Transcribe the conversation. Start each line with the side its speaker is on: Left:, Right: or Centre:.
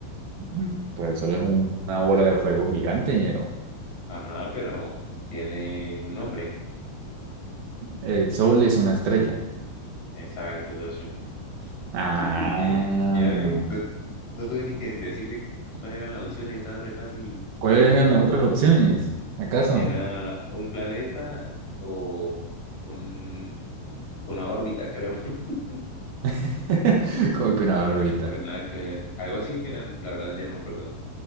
Right: Mm. Pues el sol es un- una bola de fuego gigante, ñero.
Left: Ajá, pero tiene un nombre.
Right: El sol es una estrella.
Left: Exacto, socio.
Right: Ah,
Left: <laughs> Ya ve, no, no tuve ni que decirle cu- cuáles eran las opciones, estaba re fácil.
Right: ¿cuáles
Left: No,
Right: eran las otras opciones? ¿Acaso?
Left: era un planeta o un, una órbita, creo. <laughs>
Right: <laughs> Como que una barbita.
Left: Re nada que ver. Algo así que era, la verdad ya no me acuerdo.